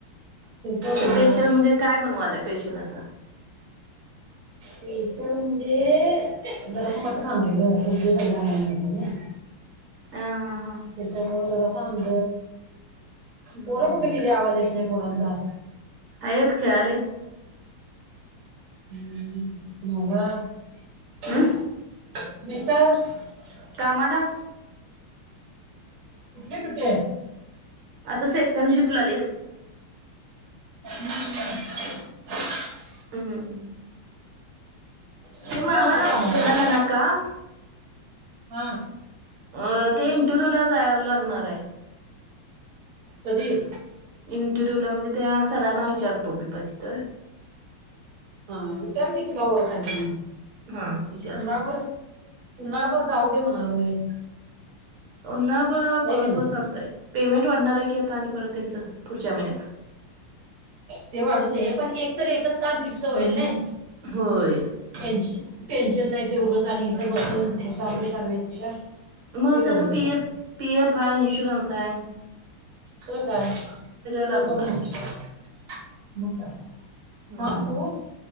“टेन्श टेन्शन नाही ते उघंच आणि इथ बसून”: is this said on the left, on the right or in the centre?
Right